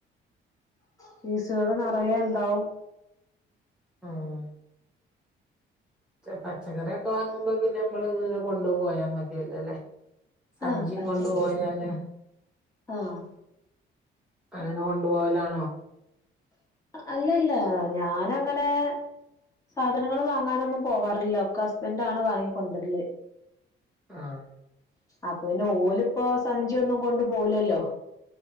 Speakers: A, on the left; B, in the centre.
A: ഫീസുകള് നിറയ ഇണ്ടാവും
B: ആഹ് പച്ചക്കറിയൊക്കെ വാങ്ങുമ്പോ പിന്നെ നമ്മള് ഇത് കൊണ്ട് പോയാ മതിയല്ലോയല്ലേ സഞ്ചിയും
A: ആഹ് പറ്റും
B: കൊണ്ട് പോയല
A: ആഹ്
B: അങ്ങനെ കൊണ്ടുപോവലാണോ
A: അല്ലല്ല ഞാനങ്ങനെ സാധനങ്ങൾ വാങ്ങാനൊന്നും പോവാറില്ല ഒക്കെ ഹസ്ബൻഡ ആണ് വാങ്ങിക്കൊണ്ടിവരല്
B: ആഹ്
A: അപ്പൊ പിന്നെ ഓലിപ്പോ സഞ്ചിയൊന്നും കൊണ്ടു പോവിലല്ലോ